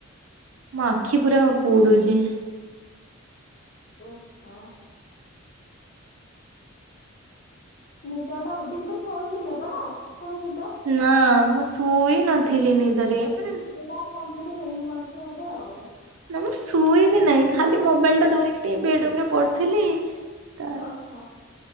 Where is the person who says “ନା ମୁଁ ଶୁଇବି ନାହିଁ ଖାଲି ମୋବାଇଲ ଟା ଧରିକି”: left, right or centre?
Right